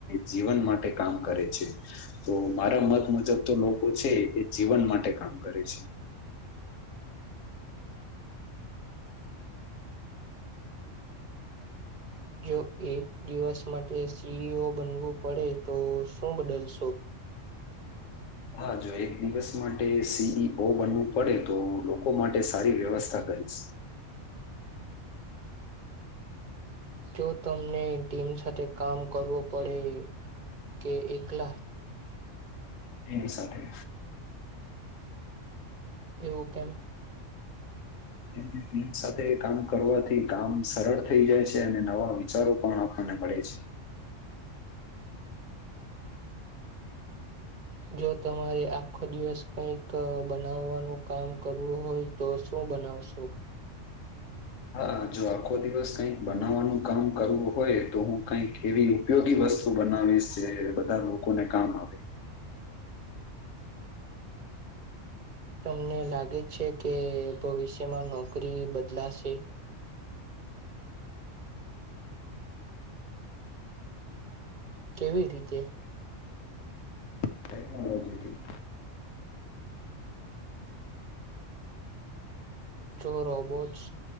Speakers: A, on the left; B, on the right.
A: જીવન માટે કામ કરે છે? તો મારા મત મુજબ તો લોકો છે એ જીવન માટે કામ કરે છે.
B: જો એક દિવસ માટે સી ઈ ઓ બનવું પડે તો શું બદલશો?
A: હા જો એક દિવસ માટે સી ઈ ઓ બનવું પડે તો લોકો માટે સારી વ્યવસ્થા કરી સ.
B: જો તમને ટીમ સાથે કામ કરવું પડે કે એકલા?
A: ટીમ સાથે.
B: એવું કેમ?
A: કેમ કે ટીમ સાથે કામ કરવાથી કામ સરળ થઈ જાય છે અને નવા વિચારો પણ આપ મળે છે.
B: જો તમારે આખો દિવસ કઈક બનાવવાનું કામ કરવું હોય તો શું બનાવશો
A: હા જો આખો દિવસ કઈક બનાવવાનું કામ કરવું હોય તો હું કઈક એવી ઉપયોગી બ વસ્તુ બનાવીશ જે બધા લોકોને કામ આવે
B: તમને લાગે છે કે ભવિષ્યમાં નોકરી બદલાશે કેવી રીતે
A: ટેકનોલોજીથી
B: જો રોબોટ્સ